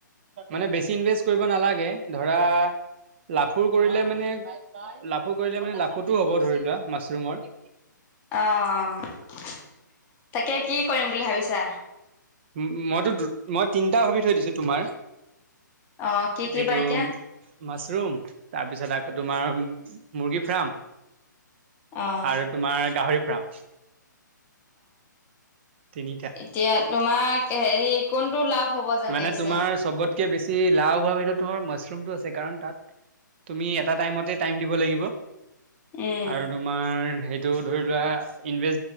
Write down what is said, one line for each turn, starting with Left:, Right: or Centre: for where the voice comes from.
Right: মানে বেছি ইনভেষ্ট কৰিব নালাগে ।ধৰা, লাফোৰ কৰিলে মানে লাফোৰ কৰিলে মানে লাফ ক'তো হ'ব ধৰি লোৱা মাছৰুমৰ।
Left: অ' তাকে কি কৰিম বুলি ভাবিছা?
Right: উম, মইতো মই তিনিটা ভাবি থৈ দিছো তোমাৰ।
Left: অ' কি, কি
Right: এইটো
Left: বা এতিয়া?
Right: মাছৰুম তাৰপিছত আকৌ তোমাৰ মুৰ্গী ফাৰ্ম।
Left: অ।
Right: আৰু তোমাৰ গাহৰি ফাৰ্ম। তিনিটা।
Left: অ'এতিয়া তোমাৰ হেৰি কোনটো লাভ হ'ব যেন
Right: মানে
Left: লাগিছে?
Right: তোমাৰ চবতকে বেছি লাও হোৱাৰ ভিতৰত তমাৰ মছৰুমটো আছে কাৰ তাত তুমি এটা টাইম দিব লাগিব।
Left: উম।
Right: আৰু তোমাৰ সেইটো ধৰি লোৱা ইনভে